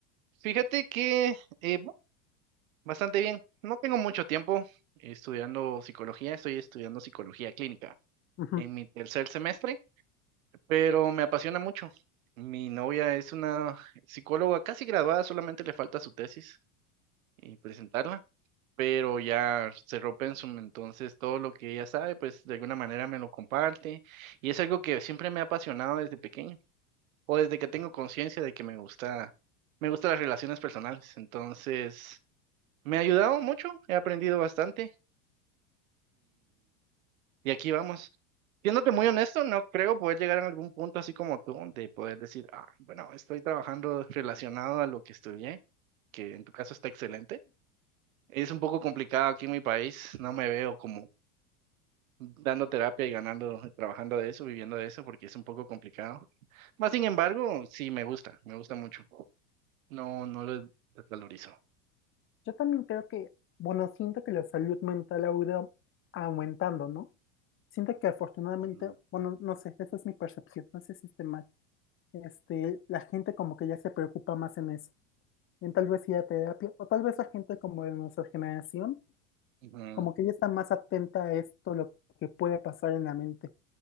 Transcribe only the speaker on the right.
Fíjate que eh, bu- bastante bien. No tengo mucho tiempo estudiando psicología, estoy estudiando psicología clínica
en mi tercer semestre. pero me apasiona mucho. Mi novia es una psicóloga casi graduada, solamente le falta su tesis y presentarla, pero ya cerró Pensum, entonces todo lo que ella sabe, pues de alguna manera me lo comparte y es algo que siempre me ha apasionado desde pequeño o desde que tengo conciencia de que me gusta, me gustan las relaciones personales, entonces me ha ayudado mucho, he aprendido bastante Y aquí vamos. Siéndote muy honesto, no creo poder llegar a algún punto así como tú, de poder decir, ah, bueno, estoy trabajando relacionado a lo que estudié, que en tu caso está excelente. Es un poco complicado aquí en mi país, no me veo como dando terapia y ganando, trabajando de eso, viviendo de eso, porque es un poco complicado. Más sin embargo, sí me gusta, me gusta mucho. No, no lo desvalorizo.
Ujú,
ujú.